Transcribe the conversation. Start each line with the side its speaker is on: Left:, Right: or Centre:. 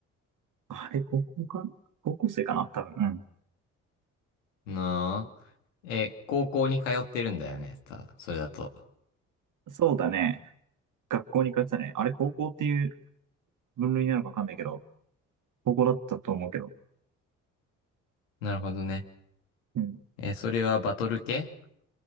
Right: あれ、高校か高校生かな多分。
Left: なあ。え、高校に通ってるんだよね。たそれだと。
Right: うん。そうだね。学校に通ってたね。あれ、高校っていう分類なのかわかんないけど、高校だったと思うけど。
Left: なるほどね。
Right: うん。
Left: え、それはバトル系